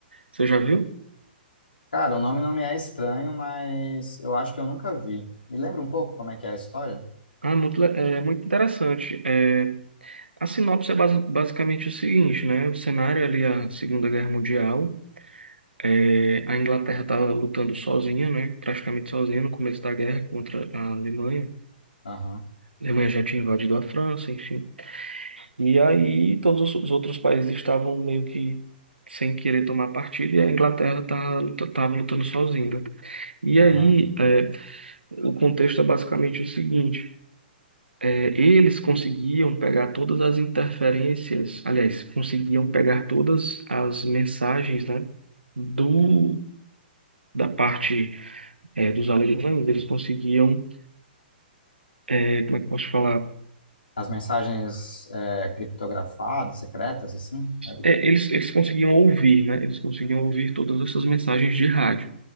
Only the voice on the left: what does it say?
Cara, o nome não me é estranho, mas eu acho que eu nunca vi. Me lembra um pouco como é que é a história?
Aham,
aham.
As mensagens é, criptografadas, secretas, assim? É isso?